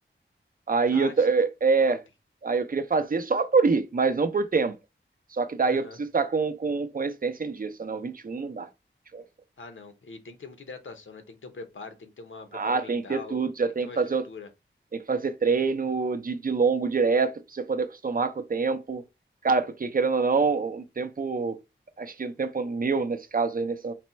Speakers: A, on the right; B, on the left.
A: Aí
B: Ah,
A: eu, t-
B: sim,
A: é,
B: top.
A: é, aí eu queria fazer só por ir, mas não por tempo. Só que daí
B: Aham.
A: eu preciso estar com, com, com a existência em dia, senão 21 não dá. vinte e um é foda.
B: Ah, não. E tem que ter muita hidratação, né? Tem que ter um preparo, tem que ter uma- um preparo
A: Ah,
B: mental,
A: tem que ter tudo, já
B: tem
A: tem
B: que ter
A: que
B: uma
A: fazer
B: estrutura.
A: Tem que fazer treino de, de longo direto para você poder acostumar com o tempo. Cara, porque querendo ou não, um tempo, acho que um tempo meu nesse caso aí, nessa,